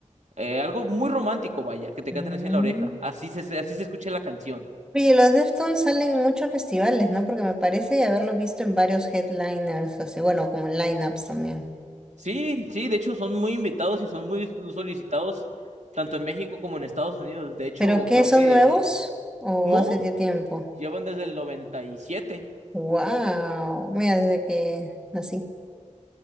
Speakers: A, on the right (about 65°); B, in the centre.
A: eh, algo muy romántico, vaya, que te
B: mm.
A: canten así en la oreja. Así se, así se escucha la canción.
B: Oye, los Deftones salen en muchos festivales, ¿no? Porque me parece haberlos visto en varios headliners, así, bueno, como en lineups también.
A: Sí, sí, de hecho son muy invitados y son muy solicitados tanto en México como en Estados Unidos. De hecho,
B: ¿Pero qué,
A: creo
B: son
A: que
B: nuevos? ¿O
A: no,
B: hace ya tiempo?
A: ya van desde el noventa y siete
B: ¡Wow! Mira, desde que nací,